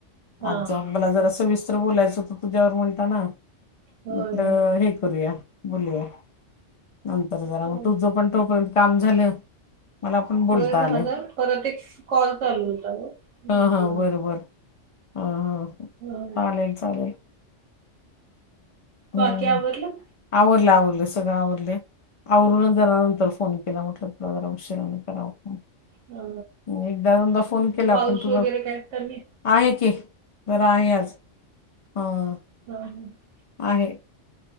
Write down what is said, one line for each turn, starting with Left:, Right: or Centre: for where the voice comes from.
Right: हा
Left: आज
Right: हा
Left: जाऊन मला जरा सविस्तर बोलायचं होतं तुझ्यावर म्हणताना
Right: होय
Left: म्हटलं
Right: होय.
Left: हे करूया बोलूया नंतर जरा
Right: चाल-
Left: मग तुझं पण तोपर्यंत काम झालं मला पण बोलता
Right: होय झालं
Left: आलंय.
Right: परत एक स कॉल चालू होता ग मग
Left: हा हा बरोबर ह ह
Right: हा
Left: चालेल चालेल हम्म
Right: बाकी आवरलं?
Left: आवरलं आवरल सगळं आवरलय आवरूनचं जरा नंतर फोन केला म्हटलं जरा उशिराने करावं फोन
Right: हा
Left: एकदा दोनदा फोन केला
Right: पाऊस
Left: पण तुझ
Right: वगैरे काय कमी?
Left: आहे की बरं आहे आज हं
Right: <unintelligible>
Left: आहे.